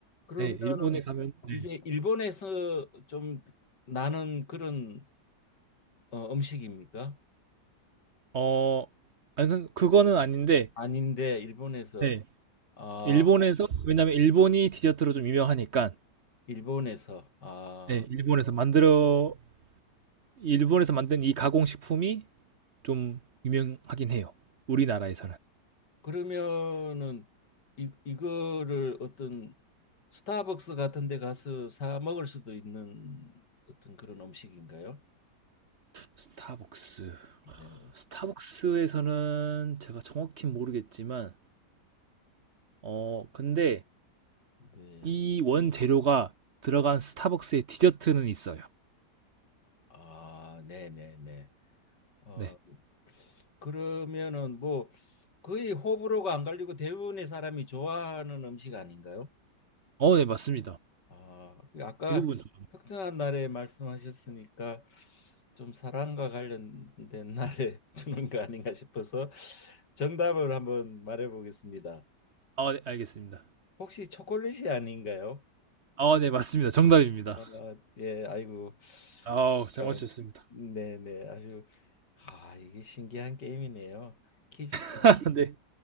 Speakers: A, on the left (about 85°); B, on the right (about 50°).
A: 그러면은
B: 네. 일본에 가면 네.
A: 이게 일본에서 좀 나는 그런 어, 음식입니까?
B: 어, 아무튼 그거는 아닌데
A: 아닌데 일본에서
B: 네.
A: 아
B: 일본에서 왜냐면 일본이 디저트로 좀 유명하니까
A: 일본에서 아
B: 네. 일본에서 만들어 일본에서 만든 이 가공식품이 좀 유명하긴 해요. 우리나라에서는.
A: 네. 그러면은 이 이거를 어떤 스타벅스 같은 데 가서 사 먹을 수도 있는 어떤 그런 음식인가요?
B: 스타벅스.
A: 네.
B: 스타벅스에서는 제가 정확히 모르겠지만 어, 근데
A: 네.
B: 이 원재료가 들어간 스타벅스의 디저트는 있어요.
A: 아, 네, 네, 네. 어
B: 네.
A: 그러면은 뭐 거의 호불호가 안 갈리고 대부분의 사람이 좋아하는 음식 아닌가요?
B: 어, 네, 맞습니다.
A: 아, 그 아까
B: 대부분. 좀-
A: 특정한 날에 말씀하셨으니까 좀 사랑과 관련된 날에 <laughs> 주는 거 아닌가 싶어서 정답을 한번 말해 보겠습니다.
B: 아, 네, 알겠습니다.
A: 혹시 초콜릿이 아닌가요?
B: 아, 네, 맞습니다. 정답입니다.
A: 아, 예, 아이고.
B: 아우
A: 그러니까,
B: 잘 맞추셨습니다.
A: 네네, 아주 아, 이게 신기한 게임이네요. 퀴즈 게임.
B: <laughs> 네.